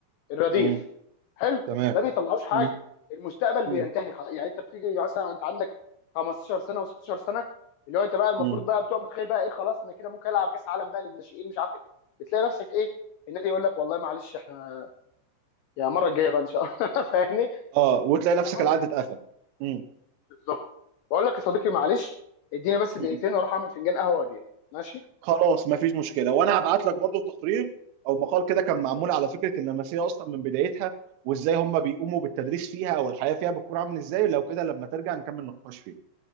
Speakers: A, on the left; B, on the right.
A: الرديف
B: مم،
A: حلو
B: تمام
A: ما بيطلعوش حاجه
B: مم،
A: المستقبل
B: مم،
A: بينتهي خلاص. يعني انت بتيجي مثلا انت عندك 15 سنه و16 سنه اللي هو انت بقى المفروض
B: مم.
A: بقى بتبقى متخيل بقى ايه خلاص انا كده ممكن العب كاس عالم بقى للناشئين مش عارف ايه بتلاقي نفسك ايه النادي يقول لك والله معلش احنا يا المره الجايه بقى ان شاء الله <laughs> فاهمني
B: اه وتلاقي نفسك
A: فاهم قصدي
B: العقد اتقفل امم
A: بالظبط بقول لك يا صديقي معلش اديني بس دقيقتين
B: مم.
A: اروح اعمل فنجان قهوه واجي لك ماشي
B: خلاص مفيش مشكله وانا هبعت لك برضو تقرير او مقال كده كان معمول على فكره اللمسيه اصلا من بدايتها وازاي هم بيقوموا بالتدريس فيها او الحياه فيها بتكون عامل ازاي لو كده لما ترجع نكمل نقاش فيه